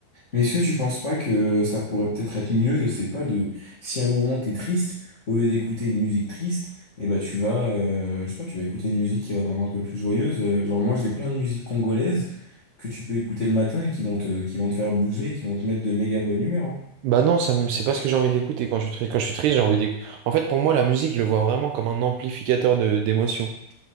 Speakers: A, on the left (about 65°); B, on the right (about 80°).
A: Mais est-ce que tu penses pas que ça pourrait peut-être être mieux, je sais pas, de si à un moment t'es triste, au lieu d'écouter une musique triste, et ben tu vas, euh, je sais pas, tu vas écouter une musique qui va te rendre un peu plus joyeuse. Euh, Genre moi, j'ai plein de musiques congolaises que tu peux écouter le matin et qui vont te, qui vont te faire bouger, et qui vont te mettre de méga bonne humeur. hein.
B: Bah non, ça me- c'est pas ce que j'ai envie d'écouter quand je suis triste. Quand je suis triste, j'ai envie d'écouter. En fait, pour moi, la musique, je le vois vraiment comme un amplificateur de d'émotions.